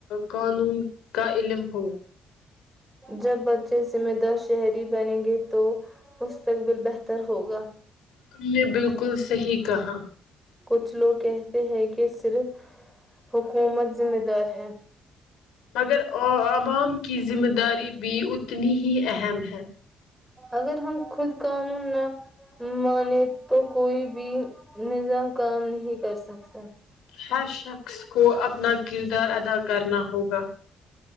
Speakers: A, on the left (about 85°); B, in the centre.
A: قانون کا علم ہو
B: جب بچے ذمہ دار شہری بنیں گے تو مستقبل بہتر ہوگا
A: تم نے بالکل صحیح کہا
B: کچھ لوگ کہتے ہیں کہ صرف حکومت ذمہ دار ہے
A: مگرو عبام کی ذمہ داری بھی ا اتنی ہی اہم ہے
B: اگر ہم خود قانون نہ مانے تو کوئی بھی نظام کام نہیں کر سکتا
A: ہر شخص کو اپنا کردار ادا کرنا ہوگا